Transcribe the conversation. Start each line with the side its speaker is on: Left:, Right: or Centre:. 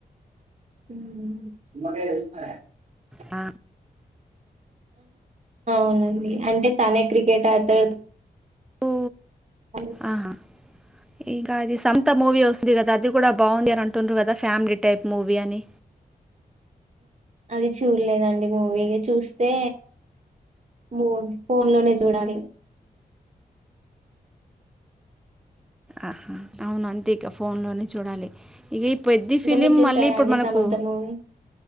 Right: ఊ
Centre: ఆ
Right: అవునండి అంటే తనే క్రికెట్ ఆడతాడు
Centre: ఉ
Right: తను
Centre: ఆహా ఇగ అది సమ్త మూవీ వస్తుంది కదా అది కూడా బాగుంది అని అంటున్రు కదా ఫ్యామిలీ టైప్ మూవీ అని
Right: అది చూడలేదండి మూవీ ఇగ చూస్తే మూ ఫోన్ లోనే చూడాలి
Centre: అహ అవును అంతే ఇక ఫోన్ లోనే చూడాలి ఇగ ఈ పెద్ది
Right: ఇంకా
Centre: ఫిలిం
Right: మీరు చూసారా
Centre: మళ్ళీ ఇప్పుడు
Right: అండి
Centre: మనకు
Right: సమంత మూవీ